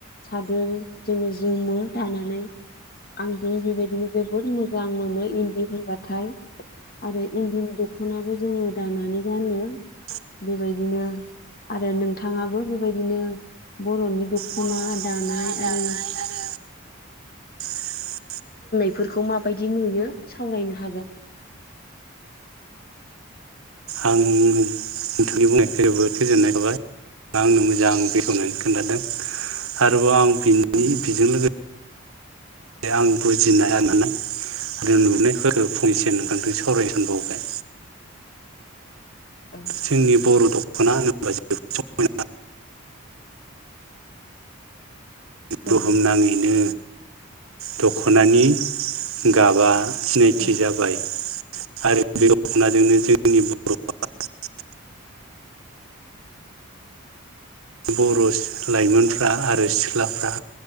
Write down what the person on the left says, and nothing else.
सादोर जोङो जोमो। दानानै आंबो बेबायदिनो जोबोद मोजां मोनो इन्दि होनबाथाय। आरो इन्दिनि दखनाबो जोङो दानानै गानो।
बेबायदिनो आरो नोंथाङाबो बेबायदिनो बर'नि
दानाय
आरो
बेफोरखौ माबायदि नुयो सावरायनो हागोन।
औ
औ
औ
औ